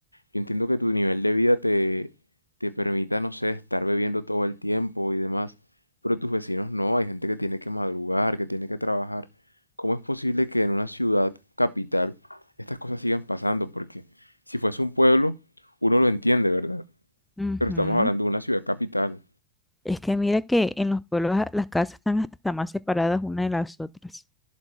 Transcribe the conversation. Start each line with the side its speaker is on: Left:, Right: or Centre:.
Left: Yo entiendo que tu nivel de vida te, te permita, no sé, estar bebiendo todo el tiempo y demás, pero tus vecinos no, hay gente que tiene que madrugar, que tiene que trabajar. ¿Cómo es posible que en una ciudad capital estas cosas sigan pasando? Porque si fuese un pueblo, uno lo entiende, ¿verdad?
Centre: Ujú.
Left: Pero estamos hablando de una ciudad capital.
Centre: Es que mira que en los pueblos a- las casas están hasta más separadas una de las otras